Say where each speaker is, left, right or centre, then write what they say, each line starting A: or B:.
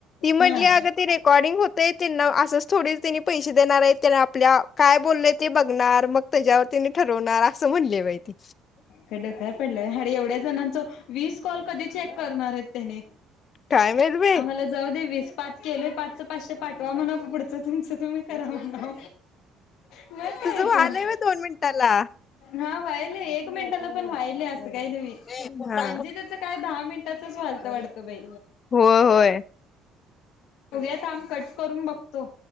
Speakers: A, on the left (about 40°); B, on the left (about 75°).
A: ती म्हनली
B: हा
A: अग ते रेकॉर्डिंग होतय तेना असच थोडीच पैसे देणार हाईत तेला आपल्या काय बोललय ते बघणार मग त्याच्यावर तेनि ठरवणार. अस म्हटले बाई ते
B: का डकार पडलय आणि एवढ्याच घनांच वीस कॉल कधी चेक करणार आहेत त्याने
A: काय माहित बाई
B: आम्हाला जाऊ दे वीस पाच केलोय पाच पाचशे पाठवा म्हणा पुढचं तुमच तुम्ही कराव ना मग काय
A: तुझं व्हालंय
B: तर
A: व्हय दोन मिनिटाला
B: हा बायले एक टेन्शन न पण व्हायली असेल.. का
A: हा
B: आणजी त्याच काय दहा मिनिटाच वलत तवडतो बाई
A: हो व्हय
B: बघुया थांब कट करून बघतो.